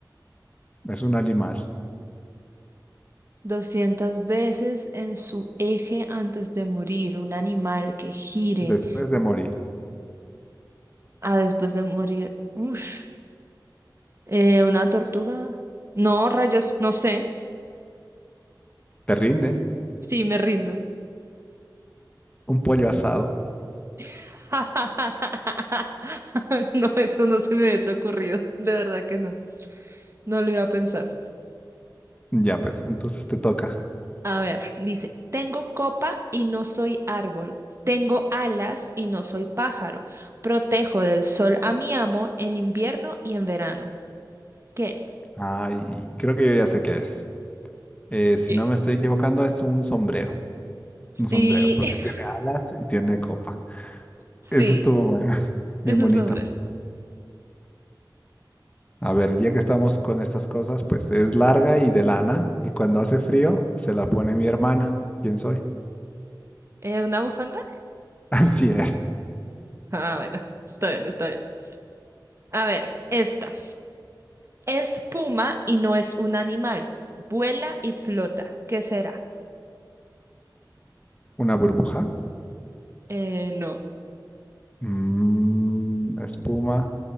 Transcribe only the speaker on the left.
Es un animal
después de morir.
¿Te rindes?
Un pollo asado.
Ya, pues, entonces te toca.
Ay, creo que yo ya sé qué es. Eh, si
no
me estoy equivocando, es un sombrero. Un sombrero,
porque
tiene alas y tiene copa.
Eso estuvo bueno, <laughs> bien
bonito.
A ver, ya que estamos con estas cosas, pues es larga y de lana, y cuando hace frío se la pone mi hermana. ¿Quién soy?
<laughs> Así es.
Una burbuja.
Mm, espuma,